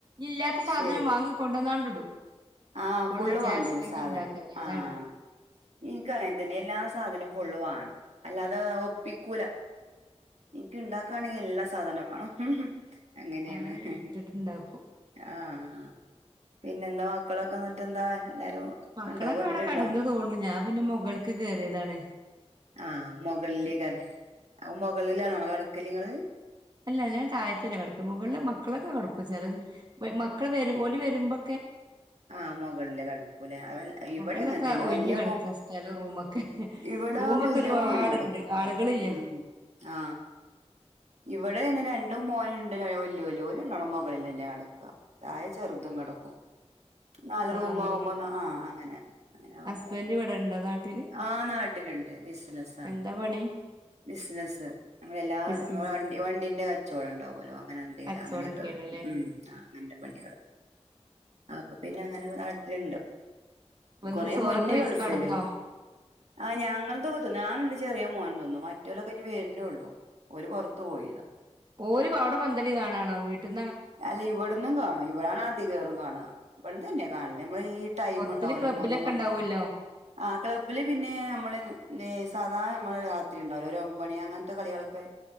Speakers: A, on the right (about 40°); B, on the right (about 75°).
A: ഇല്ലാത്ത സാധനം
B: ശരി
A: വാങ്ങി കൊണ്ട് വന്നാണ്ട് ഇടും
B: ആഹ്
A: ഓള്
B: ഫുള്ള്
A: വിചാരിച്ചില്ലെങ്കിൽ
B: വാണ്ടിവരും സാധനം,
A: ഇണ്ടാക്കാന് അതാണ്
B: ആഹ് എനക്ക് അങ്ങനെ തന്നെ എല്ലാ സാധന ഫുള്ള് വാണം അല്ലാതെ ഒപ്പിക്കൂല എനിക്ക് ഉണ്ടാക്കാണെങ്കിൽ എല്ലാ സാധനവും ആഹ് ഹ് ഹും അങ്ങനെയാണ്
A: അങ്ങനെ
B: ഹിഹി
A: ഇട്ടിട്ടുണ്ടാക്കും
B: ആഹ് പിന്നെന്താ മക്കളൊക്കെ എന്നിട്ട് എന്താ എല്ലാരും
A: മക്കളൊക്കെ
B: ഇണ്ടോ വീട്ടിലുണ്ടോ
A: അവിടെ കടന്ന് തോന്നുണു ഞാൻ പിന്നെ മുഗൾക്ക് കേയറിയതാണ്.
B: ആഹ മുകളിലേക്ക അല്ലേ അ മുകളിലാണ കടുക്കല്ങ്ങള്?
A: അല്ല ഞാൻ താഴത്തല്ഞ്ഞെ കിടക്കും മുകളില് മക്കളൊക്കെ കടക്കും ചില മക്കള് ഓല് വരുമ്പോ
B: ആഹ മുകളില കണക്കൂല ഇവിടെ
A: മുകളിലൊക്കെ
B: അങ്ങത്തന്നെ
A: ഒഴിഞ്ഞ്
B: വല്ിയ
A: കെടക്ക
B: മോൻ
A: സ്ഥലം റൂമൊക്കെ
B: ഇവിടെ
A: റൂമൊക്കെ
B: വല്ിയ
A: ഒരുപാടുണ്ട്
B: മോന കിടക്കും
A: ആളുകളില്ല
B: ഉ ആ ഇവിടെ തന്നെ രണ്ടും മോനണ്ട് വല്ല്യോല് ഓല് രണ്ടാള മുകളിൽന്നെ കടക്കുക അതായ ചെറുതും കട നല്ല
A: ആ
B: റൂ
A: അങ്ങനെ
B: ആകുമ്പോ
A: കെടക്കല്
B: ആ അങ്ങനെ അങ്ങനെ ആകുമ്പോ
A: ഹസ്ബൻഡ് ഇവിടെണ്ടോ നാട്ടില്
B: ആ നാട്ടിലുണ്ട് ബിസിനസ് ആണ്
A: എന്താ പണി
B: ബിസിനസ്സ് നമ്മള എല്ലാ
A: ബിസിനസ്
B: നമ്മ വണ്ട വണ്ടിന്റെ കച്ചവടംണ്ടാവുമല്ലോ അങ്ങനത്തെ എന്തെങ്കിലും
A: കച്ചോടൊക്കെയാണ്ല്ലേ
B: അങ്ങനെയൊക്കെ ഉ അങ്ങനത്തെ പണികള് അപ്പൊ പിന്നെ അങ്ങനെ ഒരു നാട്ടിലുണ്ട്
A: വന്ന്
B: കൊറെ
A: ചോറൊക്കെ
B: മുന്ന
A: വെയ്ച്ച്
B: ഗൾഫില്
A: കടന്നോ
B: ആഹ് ഞങ്ങള തൊക തിന്നു ഞാൻ ചെറിയ മോകന തോന്നും മറ്റേലൊക്കെ ഇഞ് വരുന്നള്ളൂ ര്ഒക്കെ പുറത്തത്ത് പോയിതാ
A: ഒരു അവിടെ പന്തളി കാണണോ വീട്ടിൽ
B: അല്ല ഇവിടന്നും കാണാം ഇവിടാണ് ആദ്യ കേറും കാണാം ഇ തന്നെയാ കാണില്ലേ നമ്മ ഈ ടൈമ
A: പുറത്തില്
B: ഉണ്ടാവലോ
A: ക്ലബ്ബിലൊക്കെ
B: മൂന്നോ മണി
A: ഉണ്ടാവുമല്ലോ
B: ആ ക്ലബ്ബില് പിന്നെ നമ്മള് ലേ സാധാരണ നമ്മള് രാത്രി ഉണ്ടാവില്ല ഒരു ഒമ്പണി അങ്ങനത്തെ കളികളൊക്കെ